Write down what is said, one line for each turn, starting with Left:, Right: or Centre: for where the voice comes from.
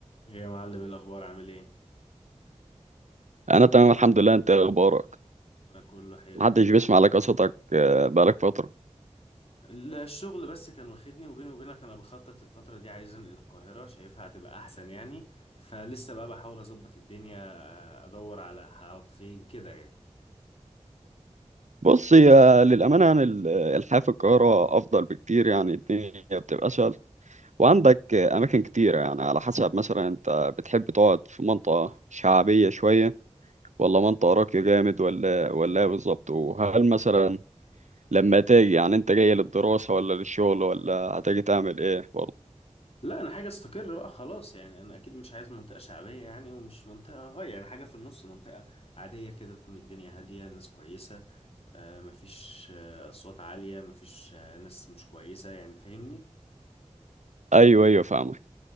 Left: ايه يا معلم إيه الاخبار عامل ايه
Right: انا تمام الحمد لله انت إيه اخبارك
Left: انا كله حلو
Right: محدش بيسمع لك قصتك آه، بقالك فتره
Left: ال- الشغل بس كان واخدني وبيني وبينك انا بخطط الفتره دي عايز انقل القاهره شايفها هتبقى احسن يعني فلسه بقى بحاول اظبط الدنيا آه، ادور على هقعد فين كده يعني
Right: بص يا للامانه يعني ال- الحياه في القاهره افضل بكتير يعني الدنيا بتبقى اسهل وعندك آه، اماكن كتيره يعني على حسب مثلا انت بتحب تقعد في منطقه شعبيه شويه ولا منطقه راقيه جامد ولا ولا إيه بالظبط وهل مثلا لما تيجي يعني انت جاي للدراسه ولا للشغل ولا هتيجي تعمل ايه برضه
Left: لا انا حاجه استقر بقى خلاص يعني انا اكيد مش عايز منطقه شعبيه يعني ومش منطقه هاي يعني حاجه في النص منطقه عاديه كده تكون الدنيا هاديه الناس كويسه آه، مفيش آه، اصوات عاليه مفيش آه، ناس مش كويسه يعني فاهمني
Right: ايوه ايوه فاهمك